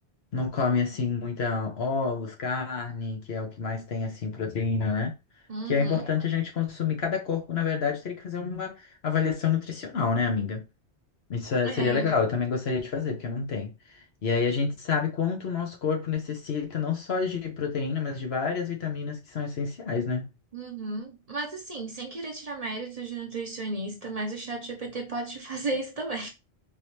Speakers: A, on the left (about 65°); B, on the right (about 40°).
A: não come assim muita ovos, carne, que é o que mais tem assim proteína, né?
B: Uhum.
A: Que é importante a gente consumir. Cada corpo, na verdade, teria que fazer uma avaliação nutricional, né, amiga? Isso é-
B: É.
A: seria legal, eu também gostaria de fazer, porque eu não tenho. E aí a gente sabe quanto o nosso corpo necessita, não só de proteína, mas de várias vitaminas que são essenciais, né?
B: Uhum. Mas assim, sem querer tirar méritos de nutricionista, mas o chat GPT pode te <laughs> fazer isso também.